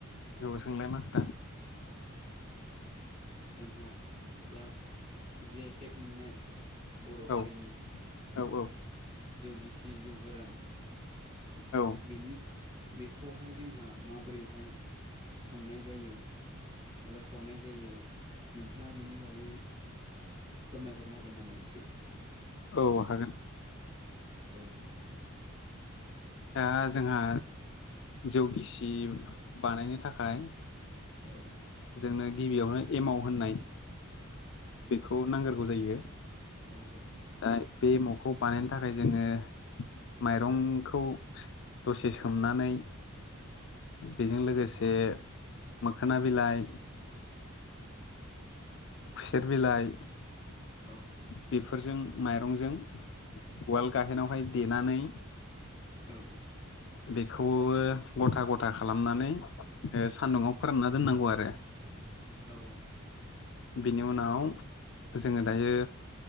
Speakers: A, on the left; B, on the right.
A: जबो सोंलाय मा खोथा
B: जोंहा जा जि आइ टेक मोननाय बर'
A: औ
B: हारिनि
A: औ औ
B: जौ गिसि जौ गोरान
A: औ
B: बिनि बेखौहाय जोंहा माबोरैहाय संनाय जायो एबा सावनाय जायो नोंथाङा बेनि बागै फोरमायहरनो हागोन नामा एसे
A: औ हागोन
B: औ औ
A: दा जोंहा जौ गिसि बानायनो थाखाय
B: औ
A: जोंनो गिबियावनो एमाव होननाय बेखौ नांग्रोगौ जायो
B: औ औ
A: दा बे एमावखौ बानायनो थाखाय जोङो माइरंखौ दसे सोमनानै बेजों लोगोसे
B: औ
A: मोखोना बिलाइ खुसेर बिलाइ
B: औ
A: बेफोरजों माइरंजों उवाल गाहेनावहाय देनानै
B: औ औ
A: बेखौ गथा गथा खालामनानै सान्दुङाव फोरानना दोननांगौ आरो रो
B: औ औ
A: बिनि उनाव जोङो दायो